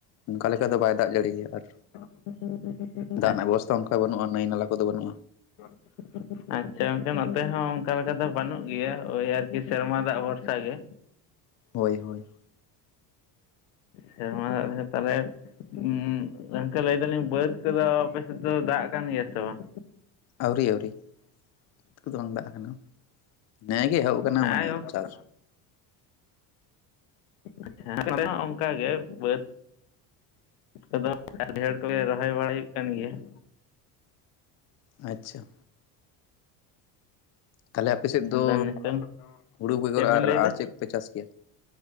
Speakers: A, on the left (about 40°); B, on the left (about 90°).
A: ᱚᱱᱠᱟ ᱞᱮᱠᱟ ᱫᱚ ᱵᱟᱭ ᱫᱟᱜ ᱡᱟᱲᱤ ᱜᱮᱭᱟ ᱟᱨ
B: <inaudible>
A: ᱫᱟᱜ ᱨᱮᱱᱟᱜ ᱵᱮᱵᱚᱥᱛᱷᱟ ᱚᱱᱠᱟ ᱵᱟᱹᱱᱩᱜᱼᱟ ᱱᱟᱹᱭ ᱱᱟᱞᱟ ᱠᱚᱫᱚ ᱵᱟᱹᱱᱩᱜᱼᱟ᱾
B: <inaudible> ᱟᱪᱪᱷᱟ ᱜᱚᱝᱠᱮ ᱱᱚᱛᱮ ᱦᱚᱸ ᱚᱱᱠᱟ ᱞᱮᱠᱟ ᱫᱚ ᱵᱟᱹᱱᱩᱜ ᱜᱮᱭᱟ ᱳᱭ ᱟᱨᱠᱤ ᱥᱮᱨᱢᱟ ᱫᱟᱜ ᱵᱷᱚᱨᱥᱟ ᱜᱮ᱾
A: ᱦᱳᱭ ᱦᱳᱭ᱾
B: ᱥᱮᱨᱢᱟ ᱫᱟᱜ <inaudible> ᱛᱟᱦᱚᱞᱮ᱾ ᱩᱜᱸ ᱜᱚᱢᱠᱮᱹ ᱞᱟᱹᱭ ᱫᱟᱞᱤᱧ ᱵᱟᱹᱫᱽ ᱠᱚᱫᱚ ᱟᱯᱮ ᱥᱮᱫ ᱫᱚ ᱫᱟᱜ ᱠᱟᱱ ᱜᱮᱭᱟ ᱥᱮ ᱵᱟᱝ?
A: ᱟᱹᱣᱨᱤ ᱟᱹᱣᱨᱤ ᱵᱟᱹᱫᱽ ᱠᱚᱫᱚ ᱵᱟᱝ ᱫᱟᱜ ᱟᱠᱟᱱᱟ ᱱᱮᱜ-ᱮ ᱜᱮ ᱮᱦᱚᱵ ᱟᱠᱟᱱᱟ
B: ᱦᱮᱸ
A: ᱢᱟᱱᱮ
B: ᱜᱚᱝᱠᱮ
A: ᱪᱟᱥ ᱾
B: ᱟᱪᱪᱷᱟ <inaudible> ᱦᱚᱸ ᱚᱱᱠᱟ ᱜᱮ ᱵᱟᱹᱫᱽ ᱠᱚᱫᱚ ᱰᱷᱮᱨ ᱠᱚᱞᱮ ᱨᱚᱦᱚᱭ ᱵᱟᱲᱟᱭ ᱦᱩᱭᱩᱜ ᱠᱟᱱ ᱜᱮᱭᱟ ᱾
A: ᱟᱪᱪᱷᱟ ᱾ ᱛᱟᱦᱚᱞᱮ ᱟᱯᱮ ᱥᱮᱫ
B: ᱟᱫᱚ
A: ᱫᱚ
B: ᱱᱤᱛᱚᱝ
A: ᱦᱩᱲᱩ ᱵᱮᱜᱚᱨ
B: ᱪᱮᱫ ᱵᱮᱱ
A: ᱟᱨ
B: ᱞᱟᱹᱭ ᱮᱫᱟ
A: ᱟᱨ ᱪᱮᱫ ᱠᱚᱯᱮ ᱪᱟᱥ ᱜᱮᱭᱟ?